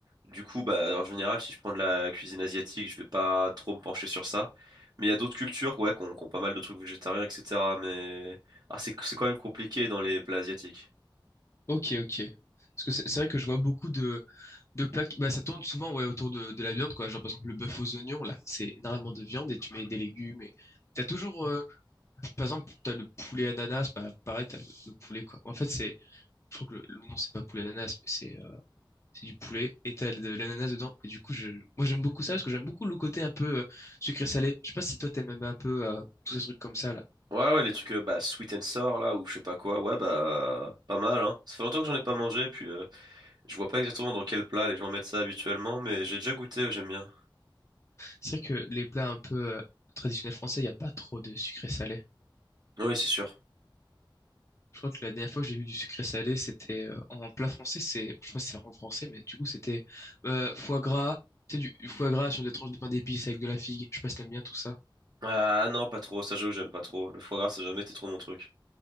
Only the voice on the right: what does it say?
Du coup, bah en général, si je prends de la cuisine asiatique, je vais pas trop me pencher sur ça. Mais il y a d'autres cultures, ouais, qui ont, qui ont pas mal de trucs végétariens, etc. Mais ah, c'est c'est quand même compliqué dans les plats asiatiques.
Ouais, ouais, les trucs euh, bah sweet and sour là ou je sais pas quoi, ouais bah pas mal hein. Ça fait longtemps que j'en ai pas mangé, puis. euh, Je vois pas exactement dans quel plat les gens mettent ça habituellement, mais j'ai déjà goûté, j'aime bien.
Oui, c'est sûr.
Ah non, pas trop, ça j'avoue, j'aime pas trop. Le foie gras, ça a jamais été trop mon truc.